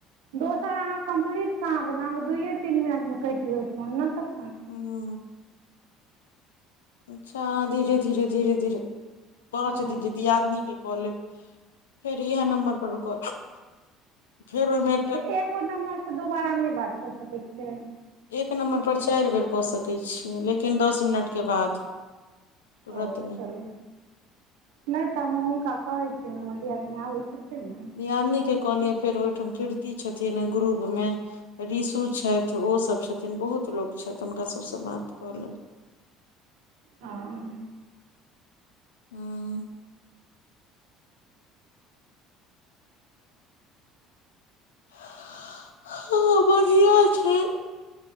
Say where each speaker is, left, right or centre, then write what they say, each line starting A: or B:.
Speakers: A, on the right (about 75°); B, on the left (about 85°).
A: दोसर अहाँ कम्प्लीट कहाँ भेल अहाँकेँ दुइए तीन मिनटमे कटि गेल फोन न तखखन
B: हूँ अच्छा आ धीरे धीरे धीरे धीरे पाँच
A: हँ
B: दिन के दीयादनी के कऽ लेब फेर इह नम्बर पर कऽ लेब फेर ओईमे
A: तऽ एगो नम्बरसँ दोबारा नैई बात कऽ सकैत छियै
B: एक नम्बर पर चारि बेर कऽ सकैत छि लेकिन दस मिनटके बाद तुरत
A: ओ
B: नहि
A: चलू नहि तऽ हम हुनका कहै छियै ने हमर दीयादनी आबै छथिन न
B: दियादनीके कऽ लिअ फेर ओहिठाम कीर्ति छथिन ग्रुपमे रीशु छथि ओसभ छथिन बहुत लोक छथि हुनका सभसँ बात क लेब
A: हाँ
B: हाँ हाँ बढ़ियाँ छै